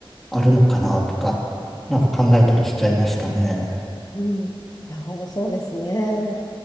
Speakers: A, in the centre; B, on the left.
A: あるのかなとか、なんか考えたりしちゃいましたね。
B: うん。いや、ほんそうですね。